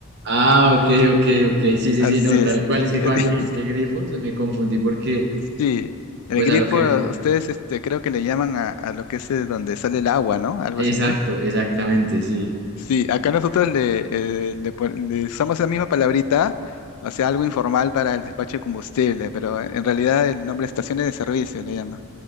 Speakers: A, on the right; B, on the left.
A: Ah, ok, ok, ok. Sí, sí,
B: Así
A: sí, no, tal
B: es.
A: cual. Es que
B: El-
A: cuando dijiste grifos me confundí porque,
B: <laughs> sí,
A: pues
B: el grifo,
A: a lo que...
B: ustedes este, creo que le llaman a, a lo que es eh, donde sale el agua, ¿no? Algo
A: Exacto,
B: así, ¿no?
A: exactamente, sí.
B: Sí, acá nosotros le, eh, le, pon- le usamos la misma palabrita, o sea, algo informal para el despacho de combustible, pero en realidad el nombre es estaciones de servicio le llama.